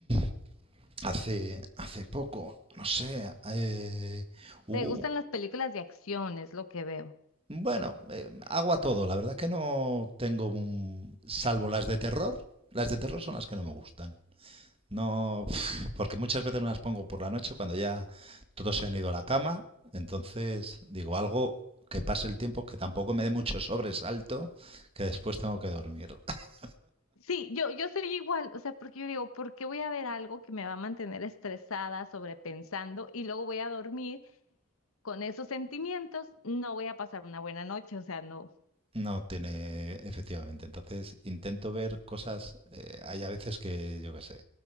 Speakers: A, on the right; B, on the left.
A: <clears throat> hace, hace poco, no sé. eh, hubo,
B: ¿Te gustan las películas de acción? Es lo que veo.
A: bueno, eh, hago a todo. La verdad que no tengo un- salvo las de terror. Las de terror son las que no me gustan. No, porque muchas veces me las pongo por la noche cuando ya todos se han ido a la cama. Entonces, digo, algo que pase el tiempo, que tampoco me dé mucho sobresalto, que después tengo que dormir. <laughs>
B: Sí, yo, yo soy igual, o sea, porque yo digo, ¿por qué voy a ver algo que me va a mantener estresada, sobrepensando, y luego voy a dormir? con esos sentimientos no voy a pasar una buena noche, o sea, no.
A: No tiene, efectivamente. Entonces, intento ver cosas. eh, hay a veces que, yo qué sé,